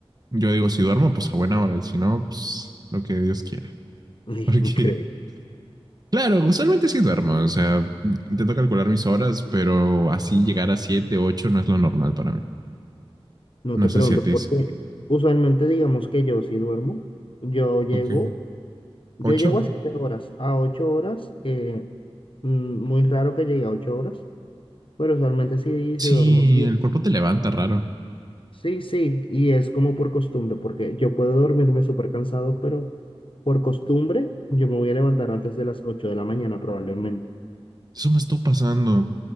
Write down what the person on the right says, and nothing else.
Yo digo, si duermo, pues a buena hora, y si no, pues lo que Dios quiera. <laughs>
Porque,
claro, usualmente sí duermo, o sea, intento calcular mis horas, pero así llegar a siete, ocho no es lo normal para mí.
No
sé si a
ti sí.
Ok.
¿Ocho?
Sí,
el cuerpo te levanta raro.
Eso me estuvo pasando.